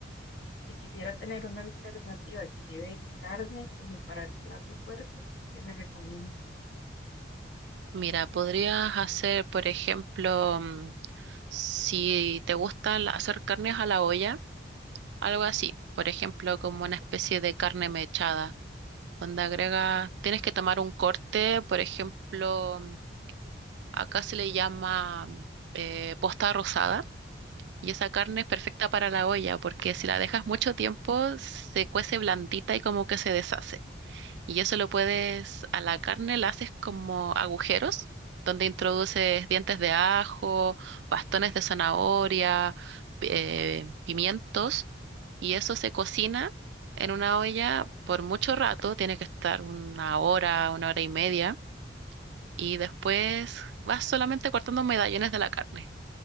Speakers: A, on the left; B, on the right.
A: si quisiera tener una alternativa que lleve carne como para el plato fuerte, ¿qué me recomiendo?
B: Mira, podrías hacer, por ejemplo, mm, si te gusta la- hacer carnes a la olla, algo así. Por ejemplo, como una especie de carne mechada, donde agrega, tienes que tomar un corte, por ejemplo, mm, acá se le llama mm, eh, posta rosada, y esa carne es perfecta para la olla, porque si la dejas mucho tiempo, se cuece blandita y como que se deshace. Y eso lo puedes, a la carne la haces como agujeros, donde introduces dientes de ajo, bastones de zanahoria, pi- eh, pimientos, y eso se cocina en una olla por mucho rato, tiene que estar una hora, una hora y media, y después vas solamente cortando medallones de la carne.